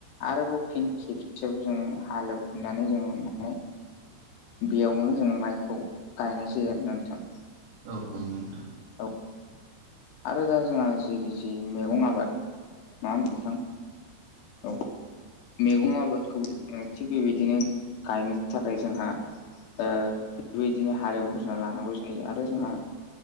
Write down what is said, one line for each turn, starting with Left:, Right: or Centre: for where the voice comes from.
Left: आरोबाव फिन खेबसेयाव जोङो हालेवफिननानै जोङो माने बेयावनो जोङो माइखौ गायनाय जायो आरोना नोंथां।
Right: औ नंगौ नोंथां।
Left: औ आरो दा जोंहा जेरै जे मैगं आबाद नङा होमबा नोंथां औ मैगं आबादखौबो जोंहा थिग बेबायदिनो गायनो थाखाय जोंहा ओ बेबायदिनो हालेवग्रोना लानांगौ जायो आरो जोंहा